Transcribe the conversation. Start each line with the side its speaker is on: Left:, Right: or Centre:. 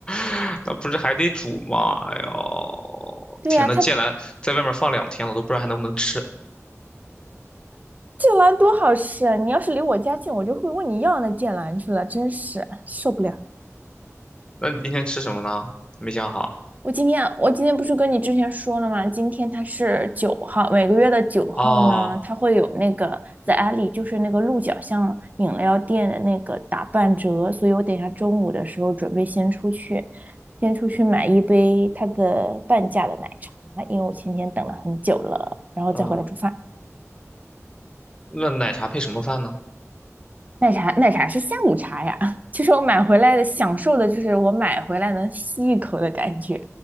Left: <laughs> 那不是还得煮吗？哎呦，
Right: 对呀、
Left: 天呐，
Right: 它剑
Left: 芥兰在外面放两天了，都不知道还能不能吃。
Right: 兰多好吃啊，你要是离我家近，我就会问你要那剑兰去了，真是受不了。
Left: 那你今天吃什么呢？没想好。
Right: 我今天我今天不是跟你之前说了吗？今天它是九号，每个月的九号呢，
Left: 哦，
Right: 它会有那个在 a l e y 就是那个鹿角巷饮料店的那个打半折，所以我等一下中午的时候准备先出去，先出去买一杯它的半价的奶茶，因为我前天等了很久了，然后再回来煮饭。
Left: 嗯，那奶茶配什么饭呢？
Right: 奶茶，奶茶是下午茶呀。<laughs> 就是我买回来的，享受的就是我买回来能吸一口的感觉。